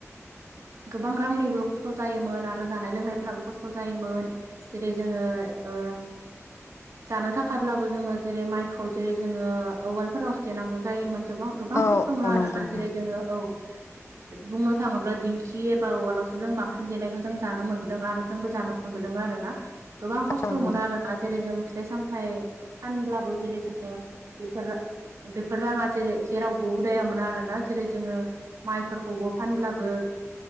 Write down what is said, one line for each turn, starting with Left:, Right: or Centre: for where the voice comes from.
Right: गोबां रांनिबो खस्थ' जायोमोन आरो जानाय लोंनाय फ्राबो खस्थ' जायोमोन जेरै जोङो ओ जानो थाखायाब्लाबो जोङो जेरै माइखौ जेरै जोङो औवालफोराव सो देनांगौ जायोमोन। जोबां गोबां
Left: औ
Right: खस्थ' मोनो
Left: औ
Right: आरोना
Left: नंगौ नंगौ
Right: जेरै जोङो औ। बुंनो थाङोब्ला दिंखि एबा औवालावसो जों बांसिन देनायखौ जों जानो मोनबो दों आरो जोंबो जानो मोनबोदों आरोना। गोबां खस्थ'मोन
Left: औ नंगौ
Right: आरोना। जेरै जों फिथाइ सामथाइ फानब्लाबो जेरै जोङो बेफोर बेफोर राङा जेरै जेरावबो उदायामोन आरोना। जेरै जोङो माइफोरखौबो फानब्लाबो